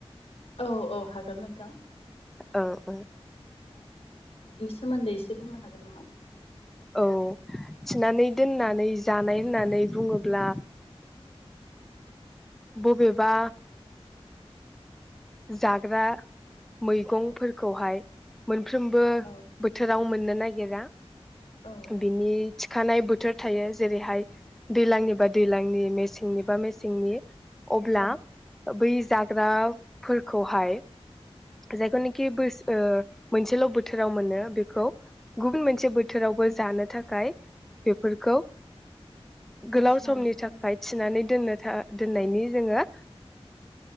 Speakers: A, on the left (about 65°); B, in the centre.
A: औ औ हागोन नोंथां
B: ओ ओ
A: सोमोनदै एसे बुंनो हागोन नामा
B: औ थिनानै दोननानै जानाय होननानै बुङोब्ला ब'बेबा जाग्रा मैगंफोरखौहाय मोन सानफ्रोमबो
A: औ
B: बोथोराव मोन नो नागेरा
A: औ औ
B: बिनि थिखानाय बुथ थोर थायो जेरैहाय दैज्लांनिबा दैज्लांनि मेसेंनिबा मेसेंनि अब्ला
A: औ
B: बै जाग्रा फोरखौहाय जायखौनाखि ब मोनसेल' बोथोराव मोनो बे गुबुन मोनसे बोथोरावबो जानो थाखाय बेफोरखौ गोलाव
A: थिनानै
B: समनि
A: औ फिनानै
B: थाखाय थिनानै दोननो था दोननायनि जोङो